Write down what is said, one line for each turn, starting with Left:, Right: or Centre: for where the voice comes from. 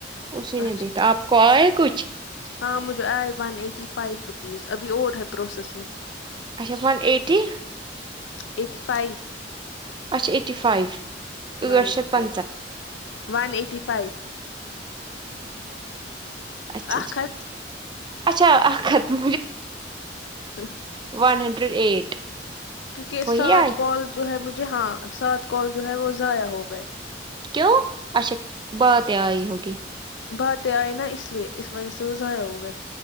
Right: اسی
Left: اچھا
Right: نے دیکھا آپ کو آئے کچھ
Left: ہاں مجھے آئے ون ایٹی فائیو روپیز ابھی اور ہے پروسیس میں
Right: اچھا ون ایٹی
Left: ایٹی فائیو
Right: اچھا ایٹی فائیف <unintelligible> اچھا
Left: ون ایٹی فائیو ون ایٹی فائیو
Right: اچھا
Left: اکھ ہتھ
Right: اچھا آ ختم
Left: ہوں
Right: ون ہنڈریڈ ایٹ
Left: کیونکہ
Right: وہی
Left: سات
Right: آئے
Left: کال جو ہے مجھے ہاں سات کال جو ہے وہ ضائع ہو گئے
Right: کیوں اچھا بات آئی ہوگی
Left: باتیں آئی نا اس لیے اس وجہ سے وہ ضائع ہو گئے